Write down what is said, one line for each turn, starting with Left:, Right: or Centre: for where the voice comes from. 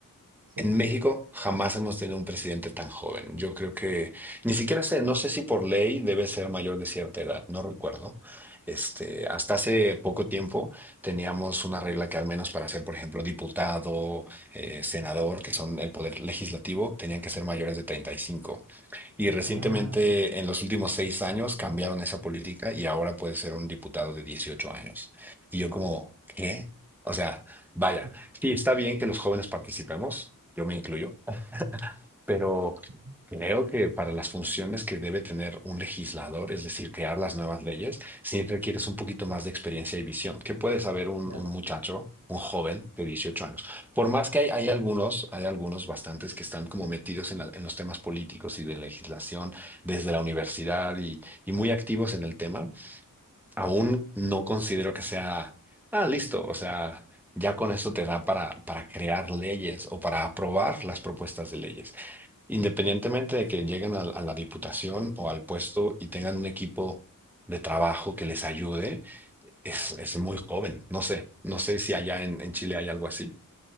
Right: Sí.
Centre: En México jamás hemos tenido un presidente tan joven. Yo creo que ni siquiera sé, no sé si por ley debe ser mayor de cierta edad, no recuerdo. Este, hasta hace poco tiempo teníamos una regla que al menos para ser, por ejemplo, diputado, eh, senador, que son el poder legislativo, tenían que ser mayores de treinta y cinco Y recientemente,
Right: Ah, sí.
Centre: en los últimos seis años, cambiaron esa política y ahora puede ser un diputado de 18 años. Y yo como, ¿qué? O sea, vaya,
Right: <laughs>
Centre: sí, está bien que los jóvenes participemos, yo me incluyo, pero
Right: ujú,
Centre: creo que para las funciones que debe tener un legislador, es decir, crear las nuevas leyes, sí requieres un poquito más de experiencia y visión. ¿Qué puede saber un,
Right: claro.
Centre: un muchacho? un joven de 18 años. Por más que hay, hay algunos, hay algunos bastantes que están como metidos en, la- en los temas políticos y de legislación desde la universidad y, y muy activos en el tema, aún no considero que sea, ah, listo, o sea, ya con eso te da para, para crear leyes o para aprobar las propuestas de leyes. Independientemente de que lleguen a, a la diputación o al puesto y tengan un equipo de trabajo que les ayude, es, es muy joven. No sé, no sé si allá en, en Chile hay algo así.